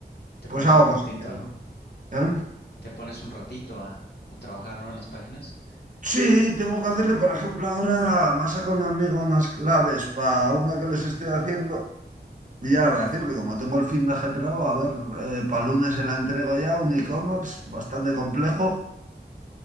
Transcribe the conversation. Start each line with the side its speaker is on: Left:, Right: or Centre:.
Left: Te
Right: pues
Left: pones
Right: hago
Left: un
Right: cositas.
Left: ratito, ¿no?
Right: ¿eh?
Left: Te pones un ratito a, a trabajar, ¿no? En las páginas.
Right: Sí, tengo que hacerle, por ejemplo, ahora me ha sacado un amigo unas claves para una que les estoy haciendo. Y ya le voy a decir que como tengo el fin de ajetreado, a ver, para lunes se la entrego ya, un e-commerce bastante complejo.